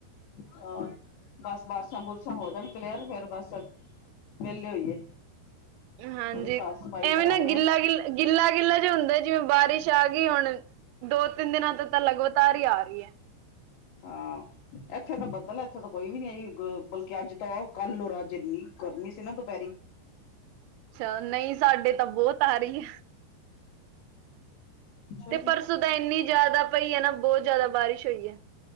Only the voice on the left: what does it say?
ਹਾਂ, ਬਸ ਬਾਰਸ਼ਾਂ-ਬੁਰਸ਼ਾਂ ਹੋ ਜਾਣ ਕਲੀਅਰ, ਫੇਰ ਬਸ ਵੇਲੇ ਹੋਈਏ।
ਥੋੜੀ ਸਾਫ਼ ਸਫ਼ਾਈ
ਕਰਾਣੀ
ਹੈ
ਹਾਂ, ਏਥੇ ਤਾਂ ਬੱਦਲ ਏਥੇ ਤਾਂ ਕੋਈ ਵੀ ਨੀ ਆਈ, ਬਲਕਿ ਅੱਜ ਤਾਂ ਓ ਕੱਲ ਰੱਜ ਏਨੀ ਗਰਮੀ ਸੀ ਨਾ ਦੁਪੈਰੀ‌।
ਅੱਛਾ
ਜੀ